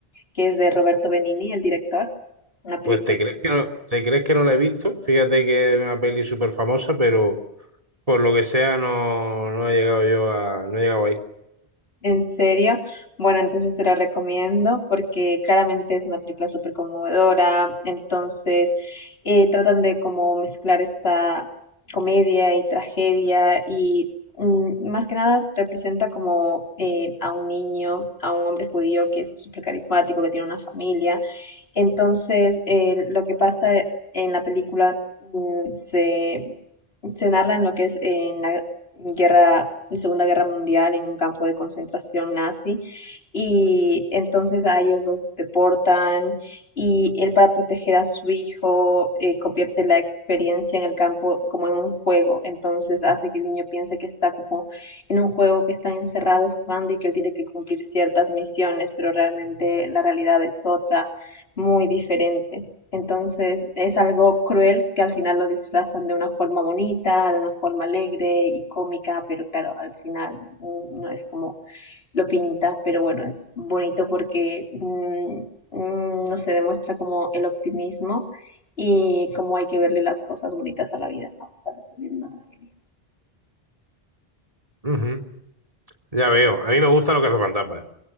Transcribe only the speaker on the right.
Pues te crees que no, te crees que no la he visto. Fíjate que es una peli súper famosa, pero por lo que sea no, no he llegado yo a, no he llegado ahí.
Ujú. Ya veo. A mí me gusta lo que hace Fantasmas.